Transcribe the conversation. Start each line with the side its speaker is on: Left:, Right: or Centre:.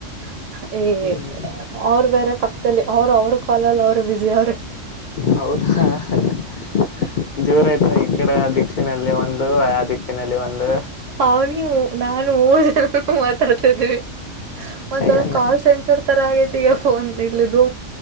Right: <inaudible> ಹೀಗೆ
Left: ಹ್ಮ್
Right: ಅವರ ಬೇರೆ ಪಕ್ಕದಲ್ಲಿ ಅವ್ರ ಅವ್ರ ಕಾಲ್ ಅವ್ರ ಬಿಸಿ ಅವರೇ. <inaudible>
Left: ಹೌದಾ. <inaudible> ಜೋರ ಆಯ್ತು ಈ ಕಡೆ ದಿಕ್ಷಿನಲ್ಲಿ ಒಂದು ಆ ದಿಕ್ಕಿನಲ್ಲಿ ಒಂದು. <inaudible>
Right: ಅವನು ನಾನು ಮೂರು ಜನನೂ <inaudible> ಮಾತಾಡ್ತಾದ್ದೀವಿ ಒಂಥರ
Left: ಏನ್
Right: ಕಾಲ್ ಸೆಂಟರ್ <inaudible> <inaudible> ಇತರಾ ಆಗೈತಿ ಈಗ ಫೋನ್ ಬಿಲ್ ಇದು.